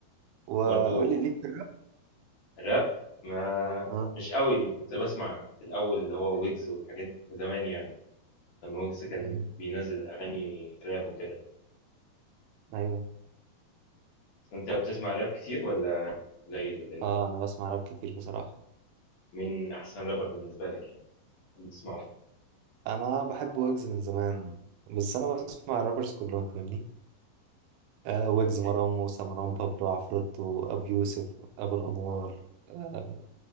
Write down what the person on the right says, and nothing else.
وقول
لي ليك في الراب
اه
ايوه
ايوه
اه انا بسمع راب كتير بصراحه
انا بحب ويجز من زمان بس انا
بسمع الرابرز كلهم فاهمني آه ويجز
مروان
موسى مروان بابلو عفروتو ابي يوسف ابو الانوار آه